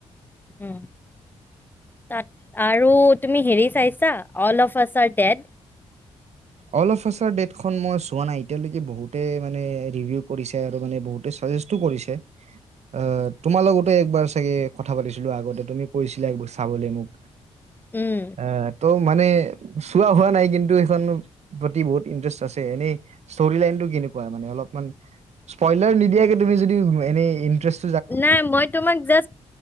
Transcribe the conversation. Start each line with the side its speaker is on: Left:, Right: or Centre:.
Left: উম তাত আৰু তুমি হেৰি চাইছা all of us are dead?
Right: All of us are dead খন মই চোৱা নাই এতিয়া লৈকে বহুতে মানে ৰিভিউ কৰিছে আৰু মানে বহুতে <unintelligible> কৰিছে। আহ তোমাৰ লগতে একবাৰ চাগে কথা পাতিছিলো আগতে, তুমি কৈছিলা একবাৰ চাবলৈ মোক।
Left: উম
Right: আহ তো মানে চোৱা হোৱা নাই, কিন্তু সেইখন প্ৰতি বহুত ইণ্টাৰেষ্ট আছে। এনেই ষ্টৰি লাইনতটো কেনেকুৱা মানে অলপমান স্পইলাৰ নিদিয়া তুমি যদি এনে ইটাৰেষ্ট
Left: নাই মই তোমাক জাষ্ট